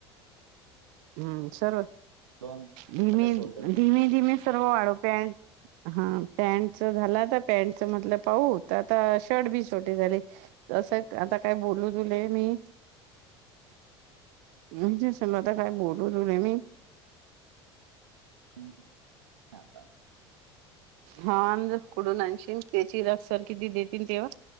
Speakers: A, on the right; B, on the right.
A: हम्म सर्व,
B: दोन
A: धीमे
B: सगळे सोडून
A: धीमे धीमे सर्व वाढोप्यान हा पॅन्टच झाल आता पॅन्टच म्हटलं पाहू तर आता शर्ट बी छोटे झाले असं आता काय बोलू तुले मी
B: <inaudible> <unintelligible>
A: म्हणजे सम आता काय बोलू तुले मी
B: गेले आता
A: हा कुठुन आणशील त्याची रक् सारकी ते देतील तेव्हा-